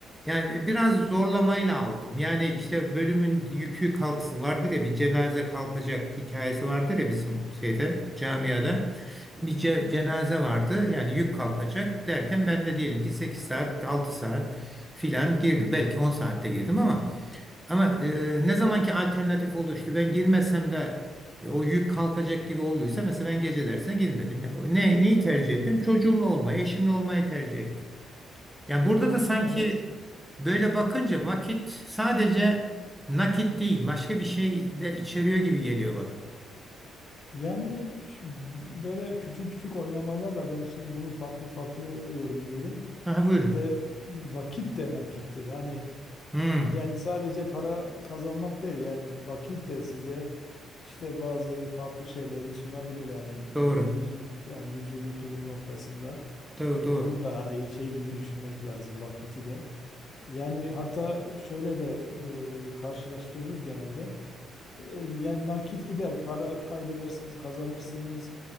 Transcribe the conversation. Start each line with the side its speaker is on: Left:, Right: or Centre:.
Centre: yani e, biraz zorlamayla aldım. Yani işte bölümün yükü kalkısı vardır ya bir cenaze kalkacak hikayesi vardır ya bizim şeyde camiada. Bir ce- cenaze vardı yani yük kalkacak derken ben de diyelim ki 8 saat 6 saat filan girdim. Belki 10 saatte girdim ama ama e, ne zamanki alternatif oluştu ben girmesem de e, o yük kalkacak gibi olduysa mesela ben gece dersine girmedim. Ya, ne, neyi tercih ettim? Çocuğumla olmayı, eşimle olmayı tercih ettim. Ya burada da sanki
Left: Evet.
Centre: böyle bakınca vakit sadece nakit değil, başka bir şey de içeriyor gibi geliyor bana.
Left: Yani şu- böyle küçük küçük oynamalarla ben şimdi bunu farklı farklı yorumluyorum.
Centre: Aha buyurun.
Left: İşte vakit de nakittir. Yani
Centre: Hmm,
Left: yani sadece para kazanmak değil yani vakit de size işte bazı farklı şeyleri sunabilir yani
Centre: doğru.
Left: huzur yani huzur mutluluk noktasında.
Centre: Doğru, doğru.
Left: Onu da hani şey gibi düşünmek lazım vakiti de. Yani hatta şöyle de e, karşılaştırılır genelde. E, Yani nakit gider, para kaybedersiniz, kazanırsınız.